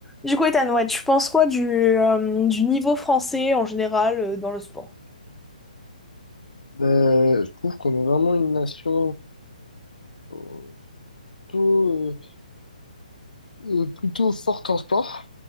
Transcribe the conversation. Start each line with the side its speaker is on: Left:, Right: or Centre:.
Centre: Du coup, Ethan, ouais, tu penses quoi du, euh, du niveau français en général euh, dans le sport?
Left: Ben, je trouve qu'on est vraiment une nation euh, plutôt, euh, euh, plutôt forte en sport,